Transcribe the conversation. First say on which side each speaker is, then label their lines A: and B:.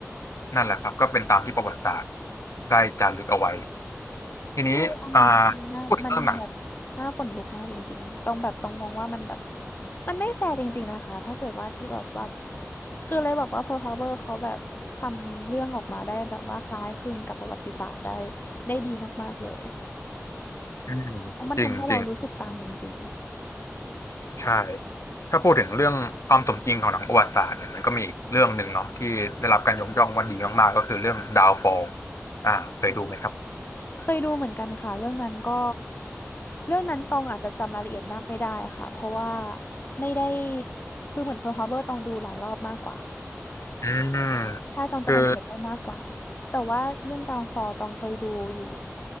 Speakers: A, on the left; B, on the left.
A: นั่นแหละครับก็เป็นตามที่ประวัติศาสตร์ได้จารึกเอาไว้ทีนี้อ่า
B: ใช่อันนั้นคือหน้ามันแบบน่าขนลุกมากจริงๆตรงแบบตรงมองว่ามันแบบ
A: พูดถึงเรื่องหนัง
B: มันไม่แฟร์จริงๆนะคะ ถ้าเกิดว่าที่แบบว่าคือเลยบอกว่า Pearl Harbor เขาแบบทำเรื่องออกมาได้แบบว่าคล้ายคลึงกับประวัติศาสตร์ได้ได้ดีมากๆเลย
A: อืม
B: เพราะมันทำให้เรารู้สึกตามจริง
A: จริงๆ ใช่ ถ้าพูดถึงเรื่องความสมจริงของหนังประวัติศาสตร์เนี่ยมันก็มีอีกเรื่องหนึ่งเนาะที่ได้รับการยกย่องว่าดีมากๆก็คือเรื่อง Downfall อ่าเคยดูไหมครับ
B: ๆ เคยดูเหมือนกันค่ะเรื่องนั้นก็เรื่องนั้นตองอาจจะจำรายละเอียดมากไม่ได้ค่ะเพราะว่าไม่ได้คือเหมือน Pearl Harbor ตองดูหลายรอบมากกว่า
A: อืม
B: ใช่ตองจำรายละเอียดได้มากกว่าแต่ว่าเรื่อง
A: คือ
B: Downfall ตองเคยดูอยู่